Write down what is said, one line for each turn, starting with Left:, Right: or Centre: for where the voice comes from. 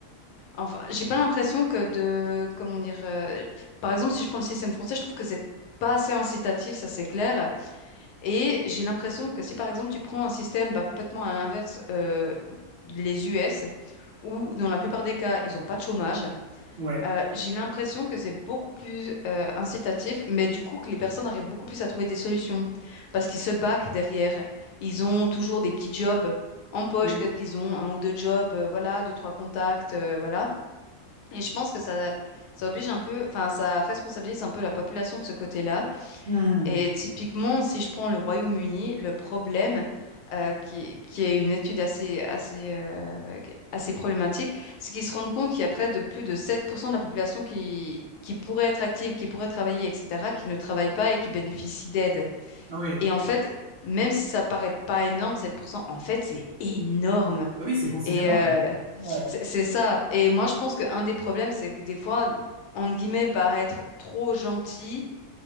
Left: Enfin, j'ai pas l'impression que de... Comment dire... euh, Par exemple, si je prends le système français, je trouve que c'est pas assez incitatif, ça c'est clair. Et j'ai l'impression que si par exemple tu prends un système bah, complètement à l'inverse, euh, les US, où dans la plupart des cas, ils ont pas de chômage,
Right: Ouais.
Left: euh, j'ai l'impression que c'est beaucoup plus euh, incitatif, mais du coup que les personnes arrivent beaucoup plus à trouver des solutions parce qu'ils se baquent derrière. Ils ont toujours des petits jobs en poche,
Right: Oui.
Left: peut-être qu'ils ont un ou deux jobs, euh, voilà, deux, trois contacts, euh, voilà. Et je pense que ça, ça oblige un peu, enfin, ça responsabilise un peu la population de ce côté-là.
Right: Hmm.
Left: Et typiquement, si je prends le Royaume-Uni, le problème, euh, qui, qui est une étude assez, assez, euh, qui- assez problématique, c'est qu'ils se rendent compte qu'il y a près de plus de 7% de la population qui, qui pourrait être active, qui pourrait travailler, etc., qui ne travaille pas et qui bénéficie d'aide.
Right: Ah oui.
Left: Et en fait, même si ça paraît pas énorme, 7%, en fait, c'est énorme.
Right: Ah oui, c'est considérable.
Left: Et euh,
Right: Ouais.
Left: c'est c'est ça. Et moi, je pense qu'un des problèmes, c'est que des fois, entre guillemets, paraître trop gentil